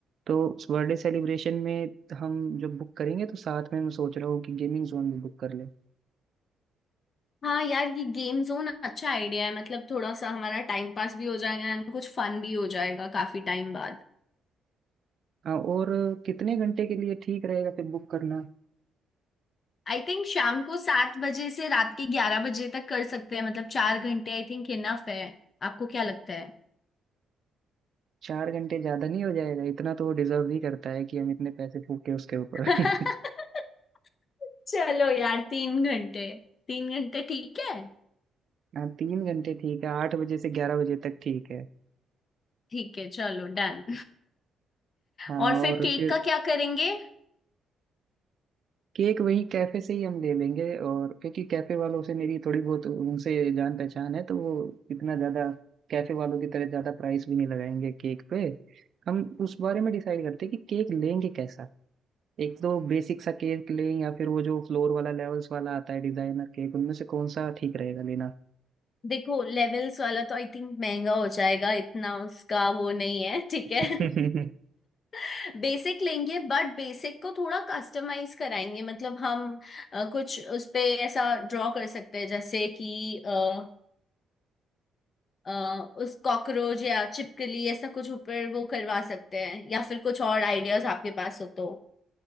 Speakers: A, on the right; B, on the left.
A: तो उस बर्थडे सेलिब्रेशन में हम जब बुक करेंगे तो साथ में मैं सोच रहा हूँ कि गेमिंग जोन भी बुक कर लें
B: हाँ यार ये गेम जोन अच्छा आइडिया है मतलब थोड़ा सा हमारा टाइम पास भी हो जाएगा एंड कुछ फन भी हो जाएगा काफी टाइम बाद
A: हाँ और कितने घंटे के लिए ठीक रहेगा फिर बुक करना
B: आई थिंक शाम को सात बजे से रात के ग्यारह बजे तक कर सकते हैं मतलब चार घंटे आई थिंक इनफ है आपको क्या लगता है
A: चार घंटे ज्यादा नहीं हो जाएगा इतना तो वो डिजर्व ही करता है कि हम इतने पैसे फूके उसके ऊपर
B: <laughs>
A: <laughs>
B: चलो यार तीन घंटे तीन घंटे ठीक है
A: हाँ तीन घंटे ठीक है आठ बजे से ग्यारह बजे तक ठीक है
B: ठीक है चलो डन
A: हाँ
B: और फिर
A: और
B: केक
A: फिर
B: का क्या करेंगे
A: केक वही कैफे से ही हम ले लेंगे और क्योंकि कैफे वालों से मेरी थोड़ी बहुत उनसे जान पहचान है तो वो इतना ज्यादा कैफे वालों की तरह ज्यादा प्राइस भी नहीं लगाएंगे केक पे हम उस बारे में डिसाइड करते हैं कि केक लेंगे कैसा एक तो बेसिक सा केक लें या फिर वो जो फ्लोर वाला लेवल्स वाला आता है डिजाइनर केक उनमें से कौन सा ठीक रहेगा लेना
B: देखो लेवल्स वाला तो आई थिंक महंगा हो जाएगा इतना उसका वो नहीं है ठीक
A: <laughs>
B: है <laughs> बेसिक लेंगे बट बेसिक को थोड़ा कस्टमाइज कराएंगे मतलब हम अ, कुछ उस पे ऐसा ड्रॉ कर सकते हैं जैसे कि अ, अ, उस कॉकरोच या छिपकली ऐसा कुछ ऊपर वो करवा सकते हैं या फिर कुछ और आइडियाज आपके पास हो तो